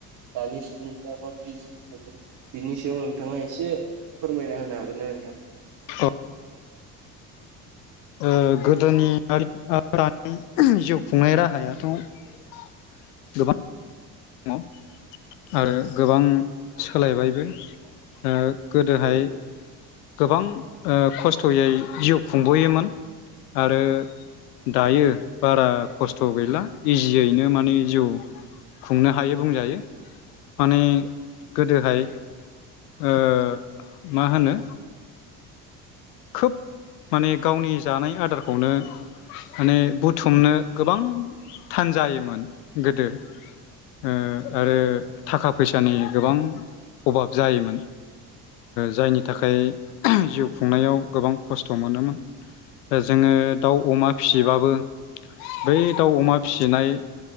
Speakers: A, on the right; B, on the left.
A: दानि सुबुंफोरा माबायदि जिउ खुङो बिनि सायाव नोंथाङा एसे फोरमायना होनो हागोन ना नोंथां?
B: औ ओ गोदोनि आरो दानि जिउ खुंनाय राहायाथ' गोबां दङ आरो गोबां सोलायबायबो। ओ गोदोहाय
A: औ
B: गोबां ओ खस्थयै जिउ खुंबोयोमोन आरो दायो बारा खस्थ गैला इजियैनो माने जिउ खुंनो हायो बुंजायो माने गोदोहाय ओ मा होनो खोब माने गावनि जानाय आदारखौनो माने बुथुमनो गोबां थान जायोमोन गोदो ओ आरो थाखा फैसानि गोबां अभाब जायोमोन जायनि थाखाय जिउ खुंनायाव गोबां खस्थ' मोनोमोन जोङो दाउ अमा फिसिबाबो बै दाउ अमा फिसिनाय